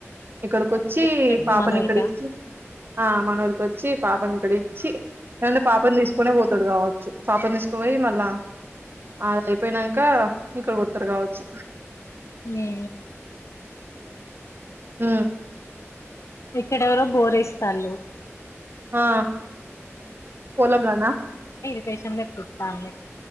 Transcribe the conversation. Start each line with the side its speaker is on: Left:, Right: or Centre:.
Right: ఇక్కడికొచ్చి
Left: ఎక్కడికి
Right: పాపని
Left: మనూరుకా
Right: ఇక్కడి ఇచ్చి ఆ మనఊరికిొచ్చి పాపని ఇక్కడ ఇచ్చి ఎంటే పాపని తీసుకుొనే పోతాడు కావచ్చు పాపని తీసుకుపోయి మళ్ళా అది అయిపోనాక ఇక్కడకి అత్త కావచ్చు
Left: మే
Right: ఊ
Left: ఇక్కడెవరో గోరేస్తారుళు
Right: ఆ పోలంలనా
Left: స్టేషన్ కతాంది